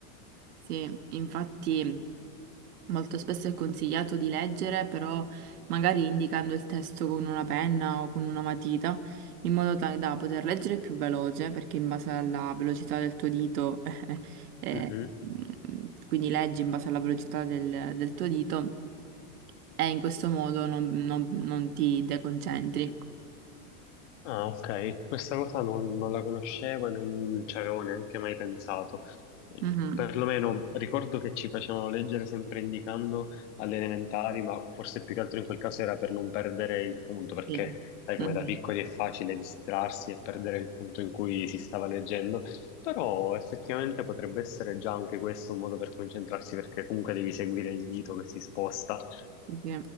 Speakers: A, on the right; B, on the left.
A: Sì, infatti. Molto spesso è consigliato di leggere, però magari indicando il testo con una penna o con una matita, in modo tale da poter leggere più veloce, perché in base alla velocità del tuo dito, eh,
B: Mhm.
A: mm, quindi leggi in base alla velocità del, del tuo dito, e in questo modo non, non- non ti deconcentri.
B: Ah, ok, questa cosa non, non la conoscevo e non ci avevo neanche mai pensato. Eh,
A: Mhm,
B: Perlomeno ricordo che ci facevano leggere sempre indicando alle elementari, ma forse più che altro in quel caso era per non perdere il punto, perché
A: Sì.
B: sai
A: Mhm,
B: come da piccoli è facile distrarsi e perdere il punto in cui si stava leggendo, però effettivamente potrebbe essere già anche questo un modo per concentrarsi, perché comunque devi seguire il dito che si sposta
A: sì, sì.